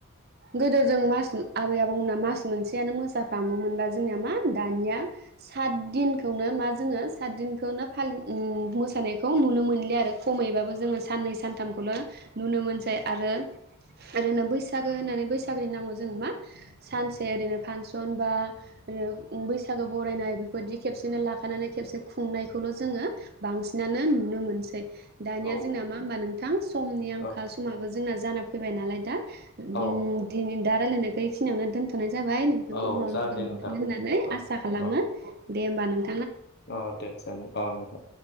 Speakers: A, on the right (about 45°); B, on the left (about 50°).
A: गोदो जों मास आबै आबौमोना मास मोनसेयानो मोसाफामोमोनबा जोंनिया मा दानिया सात दिनखौनो मा जोङो सात दिनखौनो फालि मोसानायखौ नुनो मोनलि आरो खमैबाबो जोङो साननै सानथामखौल' नुनो मोनसै आरो ओरैनो बैसागो होननानै बैसागोनि नामाव जो मा सानसे ओरैनो फांसन बा ओ बैसागो बरायनाय बेफोरदि खेबसेनो लाखानानै खेबसे खुंनायखौल' जोङो बांसिनानो नुनो मोनसै। दानिया
B: औ
A: जोंना मा होमबा नोंथां समनि आंखाल
B: औ
A: समाबो जोंना जाना फैबाय नालाय दा अम
B: औ
A: दिन दा रायलायनायखौै बे खिनियावनो दोनथ थ'नाय जाबाय नोंथांखौ
B: औ
A: उनाव
B: जागोन
A: लोगो
B: दे
A: मोनफिनो
B: नोंथां
A: होननानै आसा
B: औ
A: खालामो
B: औ
A: दे होमबा नों
B: औ दे जायो औ नोंथां।